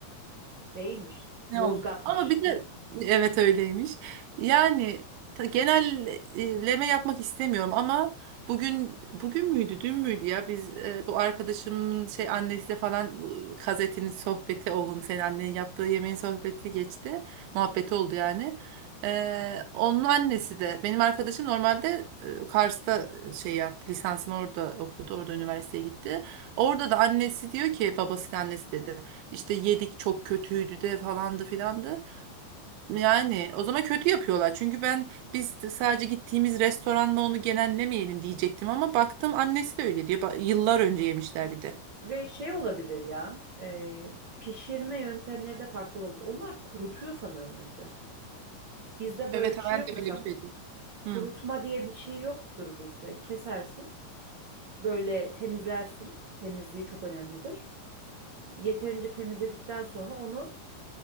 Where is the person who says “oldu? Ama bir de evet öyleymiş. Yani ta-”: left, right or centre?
Right